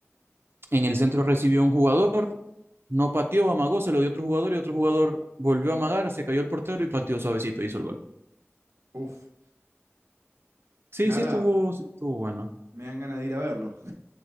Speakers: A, on the right; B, on the right.
A: En el centro recibió un jugador, no pateó, amagó, se lo dio otro jugador y otro jugador volvió a amagar, se cayó el portero y pateó suavecito, hizo el gol.
B: Uf.
A: Sí,
B: Y ahora
A: sí estuvo, sí estuvo bueno.
B: me dan ganas de ir a verlo.